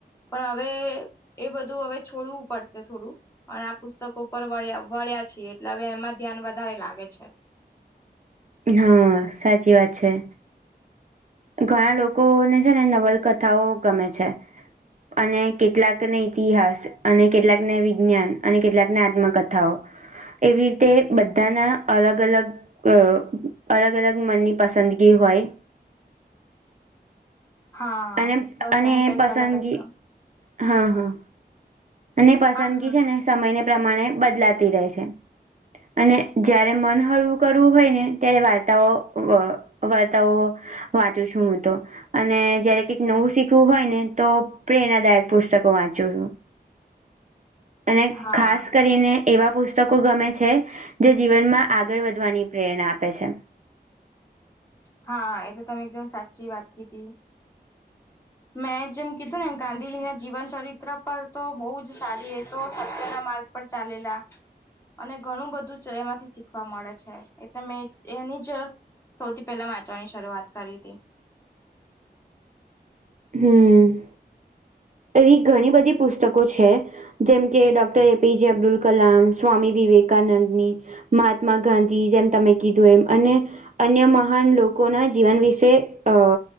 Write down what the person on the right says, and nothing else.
હા સાચી વાત છે. ઘણા લોકોને છે ને નવલકથાઓ ગમે છે. અને કેટલાકને ઇતિહાસ અને કેટલાકને વિજ્ઞાન અને કેટલાક ને આત્મકથાઓ એવી રીતે બધાના અલગ અલગ અ અલગ અલગ મનની પસંદગી હોય.
અને
પસંદગી
હા હા અને પસંદગી
છે ને સમયને પ્રમાણે બદલાતી રહે છે. અને જયારે મન હળવું કરવું હોય ને ત્યારે વાર્તાઓ વાર્તાવો વાંચું છું હું તો અને જયારે કઈક નવું શીખવું હોય ને તો પ્રેરણાદાયક પુસ્તકો વાંચું છું. અને
ખાસ કરીને એવા પુસ્તકો ગમે છે જે જીવનમાં આગળ વધવાની પ્રેરણા આપે છે.
હમ એવી ઘણી બધી પુસ્તકો છે જેમ કે ડોક્ટર એપીજે અબ્દુલ કલામ, સ્વામી વિવેકાનંદની મહાત્મા ગાંધી જેમ તમે કીધું એમ અને અન્ય મહાન લોકોનાં જીવન વિશે અ